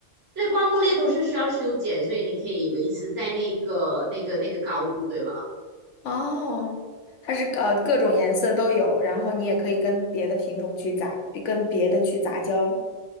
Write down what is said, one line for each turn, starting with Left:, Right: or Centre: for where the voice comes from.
Right: 对，灌木类都是需要修剪，所以你可以维持在那个、那个、那个高度，对吗？
Left: 哦，它是呃各种颜色都有，然后你也可以跟别的品种去杂，跟别的去杂交